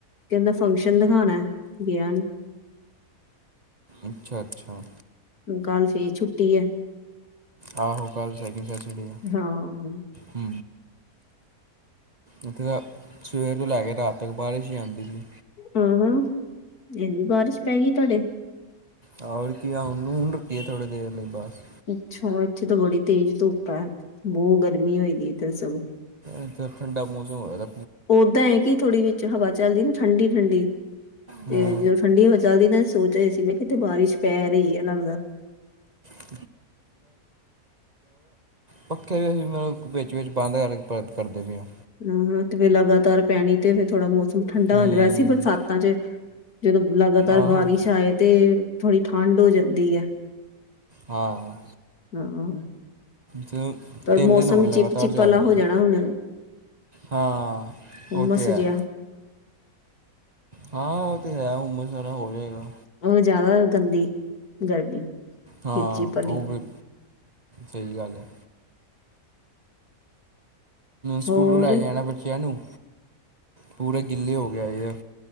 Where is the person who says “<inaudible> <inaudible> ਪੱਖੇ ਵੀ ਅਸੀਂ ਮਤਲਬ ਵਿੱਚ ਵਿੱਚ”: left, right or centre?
Right